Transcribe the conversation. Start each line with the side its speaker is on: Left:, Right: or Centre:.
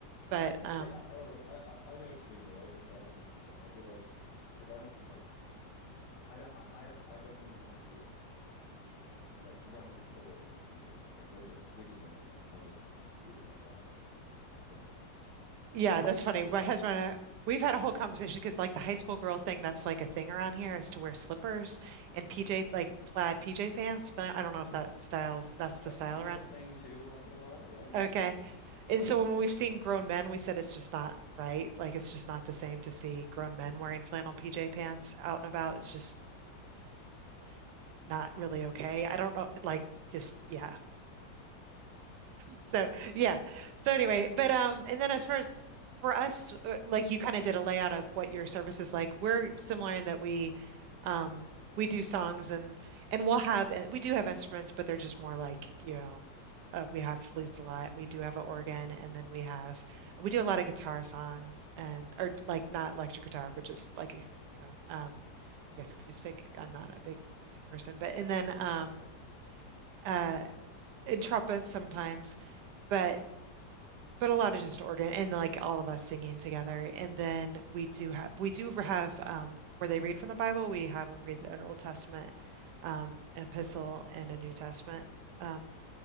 Right: But
Left: Y-
Right: um
Left: Yeah. uh, Oh, I, I I know what you mean, though. I get that 100%. I'd be like, because I don't like, oh my, I don't, I, I, I don't even let my kids like run to the store in their PJs. Like, we're just, we just don't do that. I'm just weird like that, I guess, you know,
Right: Yeah, that's funny.
Left: or
Right: My
Left: sweatpants.
Right: husband and I, we've had a whole conversation because like the high school girl thing, that's like a thing around here is to wear slippers and PJ, like plaid PJ pants. Fa- I don't know if that styles, that's the
Left: That's
Right: style
Left: kind
Right: around.
Left: of a thing too, once in a while. Yeah, you
Right: Okay.
Left: see that.
Right: And
Left: Yeah,
Right: so when we've seen grown men, we said it's just not right. Like it's just not the same to see grown men wearing flannel PJ pants out and about. It's just, just not really okay. I don't know. Like just, yeah. So
Left: it's silly.
Right: yeah.
Left: It's
Right: So
Left: silly.
Right: anyway, but um, and then as far as for us, uh, like you kind of did a layout of what your service is like. We're similar in that we, um, we do songs and and we'll have and we do have instruments, but they're just more like you know, uh, we have flutes a lot. and We do have an organ, and then we have we do a lot of guitar songs and or like not electric guitar, but just like you know, um, I guess acoustic. I'm not a big music person, but and then um,
Left: Okay.
Right: uh, and trumpet sometimes, but but a lot of just organ and like all of us singing together. And then we do have we do have um, where they read from the Bible. We have them read an Old Testament, um, an epistle, and a New Testament um,